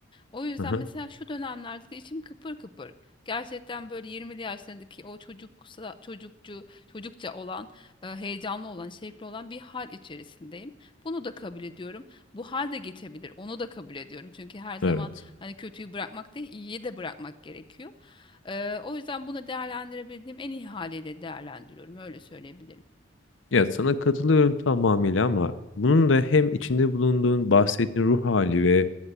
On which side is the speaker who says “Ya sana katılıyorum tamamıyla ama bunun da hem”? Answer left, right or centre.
Left